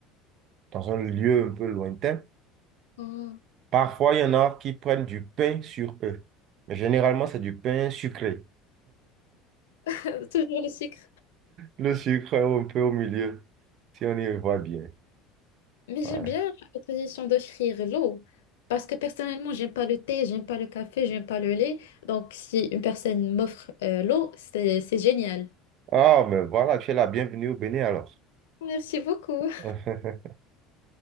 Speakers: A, on the right (about 50°); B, on the left (about 75°).
A: dans un lieu un peu lointain.
B: Oh,
A: Parfois, il y en a qui prennent du pain sur eux. Mais généralement, c'est du pain sucré.
B: <laughs> Toujours le sucre.
A: Le sucre est un peu au milieu, si on y voit bien.
B: Mais
A: Ouais.
B: j'aime bien la tradition d'offrir l'eau, parce que personnellement, j'aime pas le thé, j'aime pas le café, j'aime pas le lait. Donc, si une personne m'offre euh, l'eau, c'est c'est génial.
A: Ah, mais voilà, tu es la bienvenue au Bénin alors.
B: Merci beaucoup.
A: <laughs>